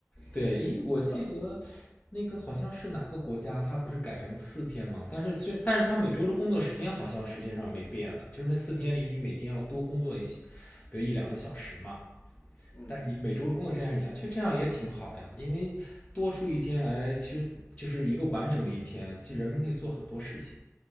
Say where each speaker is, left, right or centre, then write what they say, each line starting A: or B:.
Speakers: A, on the left; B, on the left.
A: 对，因为我记得
B: 对吧？
A: 那个好像是哪个国家，它不是改成四天嘛？但是虽但是它每周的工作时间好像实际上没变了，就是那四天里你每天要多工作一些，比如一两个小时嘛。
B: 嗯。
A: 但你每周的工作时间还一样，其实这样也挺好呀，因为多出一天来，其实就是一个完整的一天，其实人们可以做很多事情。